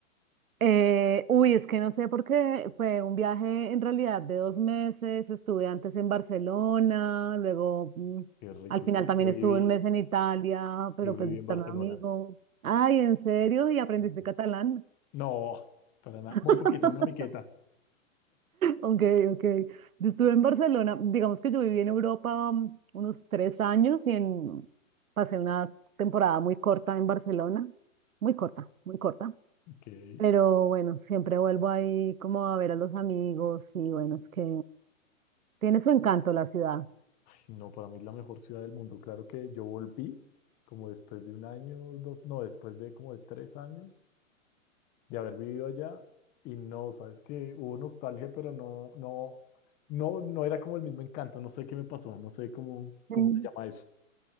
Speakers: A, on the right; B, on the left.
A: Eh, uy, es que no sé por qué fue un viaje en realidad de dos meses. Estuve antes en Barcelona, luego mm,
B: Qué rico,
A: al final
B: yo, yo
A: también estuve
B: viví,
A: un mes en Italia, pero
B: yo
A: pues
B: viví
A: visitando
B: en Barcelona.
A: a un amigo. Ay, ¿en serio? ¿Y aprendiste
B: Mm,
A: catalán?
B: No, para nada, muy
A: <laughs>
B: poquito, una miqueta.
A: Ok, ok. Yo estuve en Barcelona, digamos que yo viví en Europa mm, unos tres años y en, pasé una temporada muy corta en Barcelona, muy corta, muy corta.
B: Que
A: Pero bueno, siempre vuelvo ahí como a ver a los amigos y bueno, es que tiene su encanto la ciudad.
B: no, para mí es la mejor ciudad del mundo. Claro que yo volví como después de un año, dos, no, después de como de tres años de haber vivido allá y no, sabes que hubo nostalgia, pero no, no, no, no era como el mismo encanto. No sé qué me pasó, no sé cómo,
A: Sí.
B: cómo se llama eso.